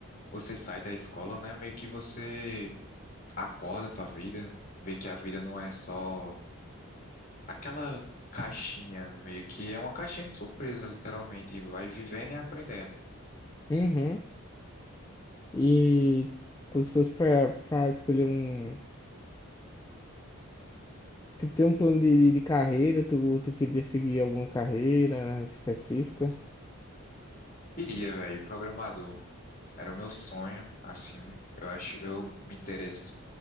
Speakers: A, on the left (about 35°); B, on the left (about 15°).
A: você sai da escola, né? Meio que você acorda pra vida. Vê que a vida não é só Aquela caixinha meio que é uma caixinha de surpresa, literalmente. E vai vivendo e aprendendo.
B: Uhum. E tu se fosse pra, pra escolher um. Tipo, ter um plano de, de carreira, tu, tu queria seguir alguma carreira específica?
A: Queria, velho, programador. Era o meu sonho, assim. Eu acho, eu me interesso